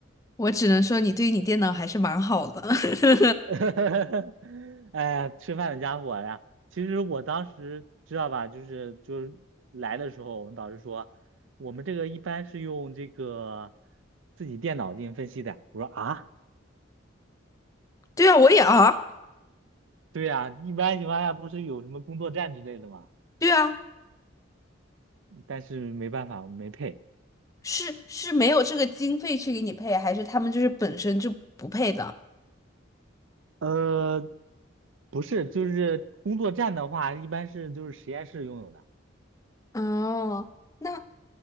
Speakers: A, on the left; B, on the right.
A: 我只能说你对于你电脑还是蛮好的。<laughs>
B: <laughs> 哎呀，吃饭的家伙呀！其实我当时知道吧，就是就是来的时候，我们导师说，我们这个一般是用这个自己电脑进行分析的。我说啊，
A: 对啊，我也啊，
B: 对呀，一般情况下不是有什么工作站之类的吗？
A: 对啊，
B: 但是没办法，我们没配。
A: 是是没有这个经费去给你配，还是他们就是本身就不配的？
B: 呃，不是，就是工作站的话，一般是就是实验室拥有的。
A: 哦，那